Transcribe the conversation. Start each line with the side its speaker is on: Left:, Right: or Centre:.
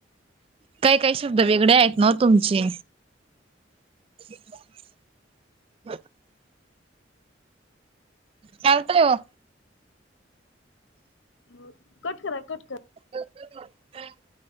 Right: काही काही शब्द वेगळे आहेत न ओ तुमची. <unintelligible> <inaudible> चालतं ओ
Left: हो कट करा कट करा!
Right: <unintelligible>